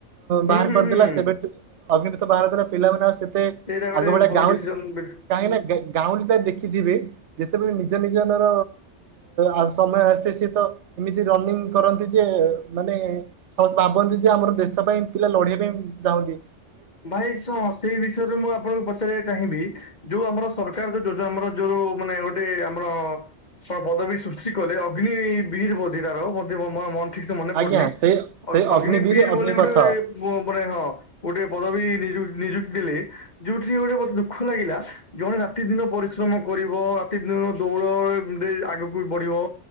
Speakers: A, on the left; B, on the right.
A: ହୁଁ
B: ବାହାର୍
A: ହୁଁ
B: କରିଦେଲା
A: ହୁଁ
B: ସେବେଠୁ ଅଗ୍ନିତ ଭାରତରେ ପିଲାମାନେ ଆଉ ସେ ମେ
A: ସେଇଟା ଗୋଟେ
B: ଆଗ ଭଳିଆ
A: ଭଲ
B: ଗାଁଉ
A: ଡିସିସନ ବି।
B: କାହିଁକି ନା ଗାଉଁଲି ଟା ଦେଖିଥିବେ ଯେତେବେଳେ ନିଜ ନିଜର ଆଉ ସମୟ ଆସେ ସିଏ ତ ଏମିତି ରନିଂ କରନ୍ତି ଯେ ମାନେ <unintelligible> ଭାବନ୍ତି ଯେ ଆମର ଦେଶ ପାଇଁ ପିଲା ଲଢିବା ପାଇଁ ଚାହୁଁଛି।
A: ଭାଇ ସ ସେଇ ବିଷୟରେ ମୁଁ ଆପଣଙ୍କୁ ପ ପଚାରିବାକୁ ଚାହିଁବି ଯୋଉ ଆମର ସରକାର ଯୋଉ ଯୋଜ ଆମର ଯୋଉ ମାନେ ଗୋଟେ ଆମର ହଁ ପଦବୀ ସୃଷ୍ଟି କଲେ ଅଗ୍ନି ବିର୍ ବୋଧିକାର ମ <unintelligible> ଠିକ୍ ସେ ମନେ ପଡୁନି
B: ଆଜ୍ଞା ସେ ସେ
A: ଅଗ୍ନିିବୀର୍
B: ଅଗ୍ନିବୀର ଅଗ୍ନିପଥ
A: ବୋଲି ଗୋଟେ ମାନେ ହଁ ଗୋଟେ ପଦ ବି ନିଯୁକ୍ତି ନିଯୁକ୍ତି ଦେଲେ ଯୋଉଠି ଗୋଟେ ମୋତେ ଦୁଃଖ ଲାଗିଲା। ଜଣେ ରାତିଦିନ ପରିଶ୍ରମ କରିବ ରାତିଦିନ ଦୌଡ଼ରେ ଏମିତି ଆଗକୁ ବଢିବ